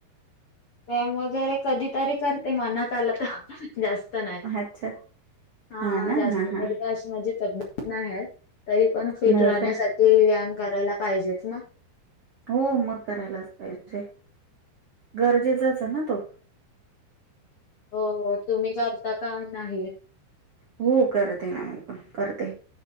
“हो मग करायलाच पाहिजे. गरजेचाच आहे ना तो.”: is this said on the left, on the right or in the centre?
Right